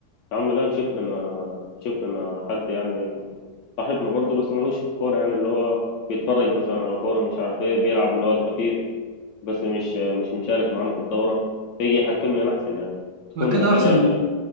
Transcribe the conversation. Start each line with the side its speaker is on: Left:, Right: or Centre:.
Left: يا عم لا نشوف لنا نشوف لنا حد يعني صاحبنا برضه بس ملوش في الكورة يعني اللي هو بيتفرج مثلا على كورة مش عارف ايه بيلعب اللي هو الخفيف بس مش مش مشارك معانا في الدورة فيجي يحكم لنا أحسن يعني تكون
Right: ما كده
Left: عشان
Right: أحسن
Left: ايه عشان